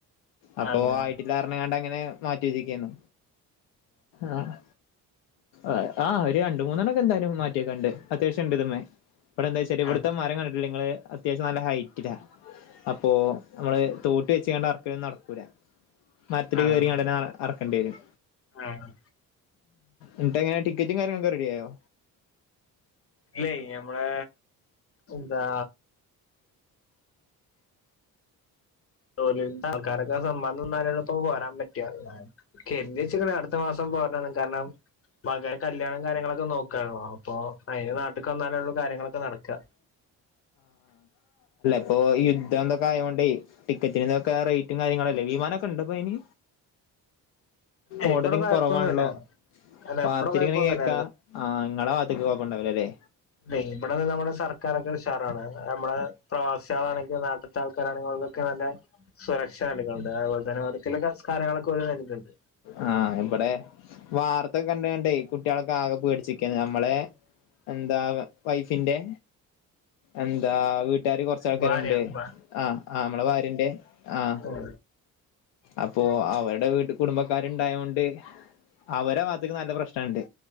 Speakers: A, on the left; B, on the left.
A: അപ്പൊ
B: അതെ
A: ആയിട്ടില്ലാർഞ്ഞ്ക്കാണ്ടങ്ങനെ മാറ്റി വെച്ച്ക്കേയ്ന്ന് ആഹ് ആഹ് ആഹ് ഒര് രണ്ട് മൂന്നണാെക്കെ എന്തായാലും മാറ്റി വെക്കാണ്ട് അത്യാവശ്യം ഇണ്ട് ഇത് മ്മേ ഇപടെ എന്താച്ചാല്
B: ആഹ്
A: ഇവിട്ത്തെ മരം കണ്ട്ട്ടില്ലേ ഇങ്ങള് അത്യാവശ്യം നല്ല ഹൈറ്റിലാ അപ്പൊ നമ്മളെ തോട്ടി വെച്ങ്ങാണ്ട് അറക്കല് ഒന്നും നടക്കൂല മരത്തില്
B: ആഹ്
A: കേറിങ്ങാണ്ടെന്നെ അറ അറക്കെണ്ടി വെരും
B: ആഹ്
A: ഇന്ന്ട്ട് എങ്ങനെ ടിക്കറ്റും കാര്യങ്ങളൊക്കെ റെഡിയായോ
B: ഇല്ലേയ് ഞമ്മളെ എന്താ തോന്നിയോന്റെ ആൾക്കാരൊക്കെ സമ്മദം തന്നാലെപ്പോ പോരാൻ പറ്റാ ഞാൻ കെര്ഞ്ഞ് വെച്ചത് തേ അവ്ട് ത്തമാസം പോര്ണം കാരണം മകന് കല്യാണം കാര്യങ്ങളൊക്കെ നോക്കാണ്ളോ അപ്പൊ അയ്ന് നാട്ട്ക്ക് വന്നാലൊള്ളൂ കാര്യങ്ങളൊക്കെ നടക്കാ
A: പ്പോ യുദ്ധംതൊക്കെആയോണ്ട് ടിക്കറ്റിനൊക്കെ റേറ്റും കാര്യങ്ങളുംല്ലേ വിമാനൊക്കെണ്ടപ്പയ്ന്
B: ഏയ്
A: ഓടലും
B: ഇബടെ കൊഴപ്പൊന്നുല്ല
A: കൊറവാണ്ളോ
B: അല്ല
A: വാർത്തേല്
B: ഇബടെ കൊഴപ്പൊന്നുല്ല
A: ഇങ്ങനെ കേക്കാ ആഹ് ഇങ്ങളെ ഇത്തക്ക് കൊഴപ്പണ്ടാവൂലലേ
B: വെല്ലിമ്മടെഒക്കെ നമ്മുടെ സർക്കാരൊക്കെ ഉഷാറാണ് നമ്മുടെ പ്രവാസിളാണെങ്കിൽ നാട്ടിൽ എത്ര ആൾക്കാരാണെങ്കിലും ഓൽകൊക്കെ വേണ്ട സുരക്ഷ <unintelligible> കാര്യങ്ങളൊക്കെ ഓല് ഹര്ത്ണ്ട്
A: ആഹ് ഇപടെ വാർത്താെക്കെ കണ്ട്ങ്ങാണ്ടൈ കുട്ടിയോളൊക്കെ ആകെ പേടിച്ച്ക്കാണ് നമ്മളെ എന്താ വ വൈഫിന്റെ എന്താ വീട്ടുകാര് കൊറച്ച ആൾക്കാര്ണ്ടേ
B: ഭാര്യ ഭാ
A: ആഹ് ആഹ് മ്മളെ ഭാര്യന്റെ ആഹ്
B: ഉം
A: അപ്പോ അവടെ വീട്ട്കുടുംബക്കാര് ഇണ്ടായോണ്ട് അവരെ ഭാഗത്ത്ക്ക് നല്ല പ്രശ്നം ഇണ്ട്